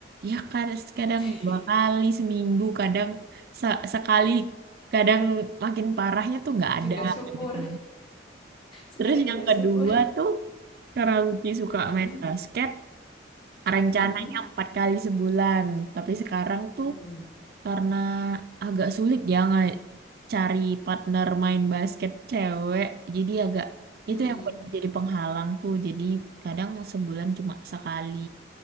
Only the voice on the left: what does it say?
<laughs>
Juga
syukur.
Sekali
juga
syukur.
Heeh.
Heeh.
Heeh.
Heeh.